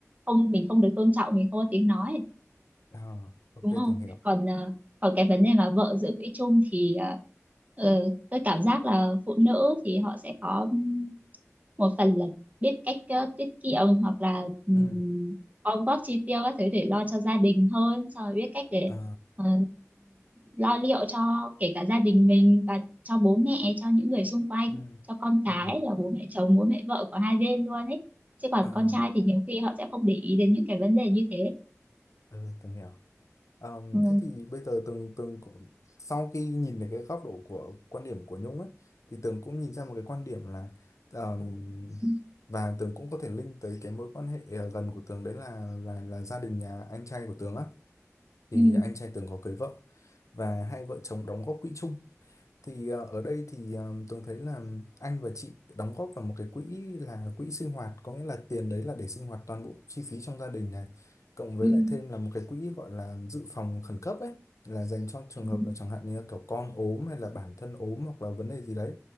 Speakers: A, on the right (about 30°); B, on the left (about 80°).
A: không mình không được tôn trọng mình không có tiếng nói
B: ờ ok
A: đúng không
B: Tường hiểu
A: còn à, còn cái vấn đề mà vợ giữ quỹ chung thì à, ờ, tôi cảm giác là phụ nữ thì họ sẽ có ừm, một phần là biết cách ờ, tiết kiệm hoặc là um,
B: ừ
A: gom góp chi tiêu các thứ để lo cho gia đình hơn xong rồi biết cách để
B: ờ
A: ờ, lo liệu cho kể cả gia đình mình và cho bố mẹ cho những người xung quanh
B: ừ
A: cho con cái
B: ừ
A: là bố mẹ chồng bố mẹ vợ của hai bên luôn ấy chứ còn
B: ờ
A: con trai thì nhiều khi họ sẽ không để ý đến những cái vấn đề như thế
B: ừ Tường hiểu À,
A: ừ.
B: thế thì bây giờ Tường Tường cũng- sau khi nhìn được cái góc độ của quan điểm của Nhung ấy thì Tường cũng nhìn ra một cái quan điểm là ờm,
A: Ừ.
B: và Tường cũng có thể link tới cái mối quan hệ ờ, gần của Tường đấy là là là gia đình nhà anh trai của Tường á thì
A: Ừ.
B: anh trai Tường có cưới vợ và hai vợ chồng đóng góp quỹ chung thì ờ, ở đây thì ờ, Tường thấy là anh và chị đóng góp vào một cái quỹ là quỹ sinh hoạt, có nghĩa là tiền đấy là để sinh hoạt toàn bộ chi phí trong gia đình này, cộng với
A: ừ
B: lại thêm là một cái quỹ gọi là dự phòng khẩn cấp ấy, là dành cho trường
A: ừ
B: hợp là chẳng hạn như là kiểu con ốm hay là bản thân ốm hoặc là vấn đề gì đấy